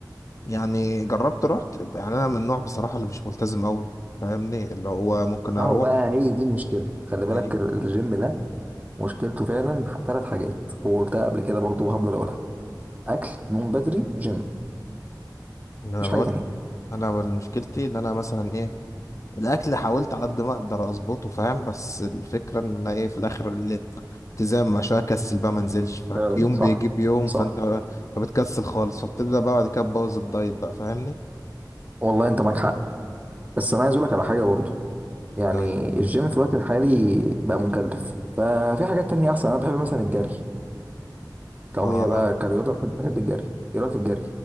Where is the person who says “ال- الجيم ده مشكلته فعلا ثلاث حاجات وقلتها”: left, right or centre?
Right